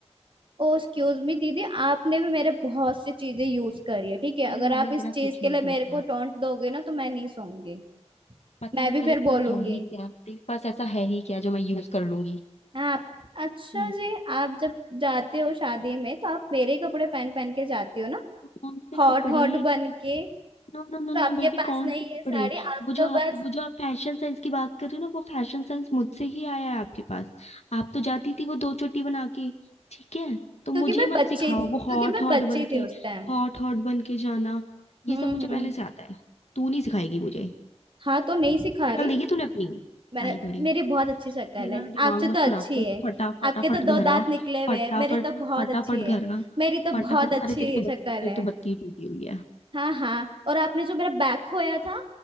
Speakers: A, on the right (about 50°); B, on the left (about 70°).
A: ओ एक्सक्यूज मी दीदी आपने भी मेरे बहुत सी चीजें यूज करी है ठीक है अगर
B: अरे
A: आप
B: मैंने तेरा
A: इस चीज
B: कुछ
A: के
B: यूज
A: लिए
B: नहीं
A: मेरे
B: किया
A: को टोंट दोगे ना तो मैं नहीं सोऊंगी
B: पता
A: मैं
B: नहीं
A: भी
B: तेरे
A: फिर
B: पास
A: बोलूंगी
B: है ही क्या तेरे पास ऐसा है ही क्या जो मैं यूज कर लूंगी
A: आप अच्छा
B: हम्म,
A: जी आप जब जाते हो शादी में तो आप मेरे ही कपड़े पहन पहन के जाती हो ना
B: तो कौन से
A: हॉट
B: कपड़े
A: हॉट बन के तो
B: No no no no
A: आपके
B: baby
A: पास
B: कौन
A: नहीं
B: से कपड़े
A: है साड़ी आप
B: वो
A: तो
B: जो आप
A: बस
B: वो जो आप फैशन सेंस की बात कर रहे हो ना वो फैशन सेंस मुझसे ही आया है आपके पास आप तो जाती थी वो दो चोटी बना के ठीक है तो मुझे
A: क्योंकि मैं
B: मत
A: बच्चे
B: सिखाओ
A: थी
B: वो
A: क्योंकि
B: हॉट
A: मैं
B: हॉट
A: बच्चे
B: बन
A: थे
B: के
A: उस टाइम
B: हॉट हॉट बन के जाना ये
A: हम्म
B: सब मुझे पहले
A: हम्म
B: से आता है तू नहीं सिखाएगी मुझे
A: हाँ तो नहीं सिखा
B: शक्ल
A: रही
B: देखी तूने अपनी
A: मैंने
B: आई बड़ी
A: मेरी बहुत अच्छी शक्ल
B: मेरा
A: है
B: ना दिमाग
A: आपसे
B: मत
A: तो
B: खराब
A: अच्छी
B: कर
A: है
B: फटा फटाफट
A: आपके तो
B: घर
A: दो दांत
B: आ
A: निकले हुए
B: फटाफट
A: हैं मेरे तो बहुत
B: फटाफट
A: अच्छी
B: घर
A: है
B: आ
A: मेरी तो
B: फटाफट
A: बहुत अच्छी
B: अरे तेरी तो बत्ती
A: शक्ल
B: तेरी
A: है
B: तो बत्ती ही टूटी हुई है
A: हाँ हाँ और आपने जो मेरा बैग खोया था